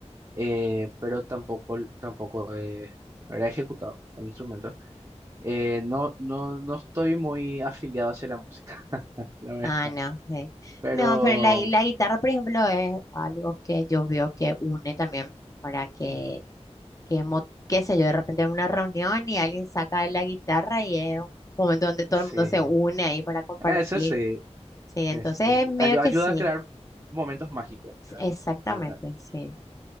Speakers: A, on the right (about 30°); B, on the left (about 30°).
A: eh, pero tampoco, tampoco eh, era ejecutado el instrumento. Eh, no, no, no estoy muy afiliado hacia la música, <laughs> la verdad,
B: Ah, no. sí.
A: pero
B: No, pero la, gui- la guitarra, por ejemplo, es algo que yo veo que une también para que,
A: Ujú.
B: que, mo- qué sé yo, de repente en una reunión y alguien saca la guitarra y es un momento donde todo
A: sí,
B: el mundo se une ahí para compartir.
A: Ah, eso sí,
B: Sí, entonces
A: este,
B: medio
A: ayu-
B: que
A: ayuda
B: sí,
A: a crear momentos mágicos, ¿verdad?
B: exactamente,
A: Ah, ah,
B: sí.